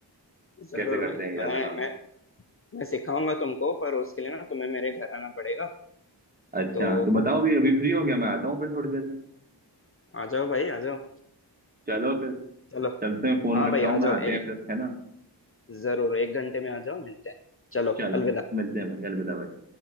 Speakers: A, on the left; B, on the right.
A: जरूर
B: कैसे करते
A: भाई
B: हैं ये
A: मैं
B: वाला काम
A: मैं मैं सिखाऊंगा तुमको पर उसके लिए ना तुम्हें मेरे घर आना पड़ेगा
B: अच्छा
A: तो
B: तो बताओ भी अभी फ्री हो गया मैं आता हूँ फिर थोड़ी देर में
A: आ जाओ भाई आ जाओ
B: चलो फिर
A: चलो
B: चलते हैं फोन
A: हाँ
B: रखता
A: भाई आ
B: हूँ
A: जाओ
B: मैं आते
A: ए,
B: हैं फिर है ना
A: जरूर एक घंटे में आ जाओ मिलते हैं चलो
B: चलो
A: अलविदा
B: मिलते हैं भाई अलविदा भाई